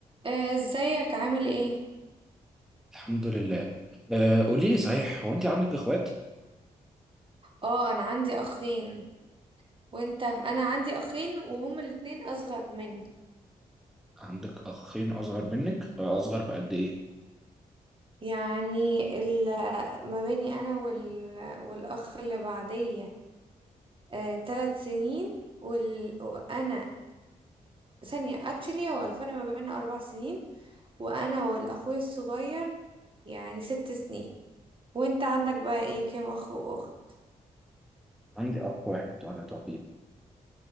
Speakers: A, on the right; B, in the centre.
A: آه، ازيك عامل ايه
B: الحمد لله آه قولي لي صحيح هو انت عندك اخوات
A: اه انا عندي اخين وانت انا عندي اخين وهم الاتنين اصغر مني
B: عندك اخين اصغر منك آه، اصغر بقد ايه
A: يعني ال ما بيني انا وال والاخ اللي بعدية آه، تلات سنين وال... وانا ثانية اكشلي هو الفرق ما بيننا اربع سنين وانا والاخوي الصغير يعني ست سنين وانت عندك بقى ايه كام اخ واخت
B: عندي اخ واحد وانا توحيد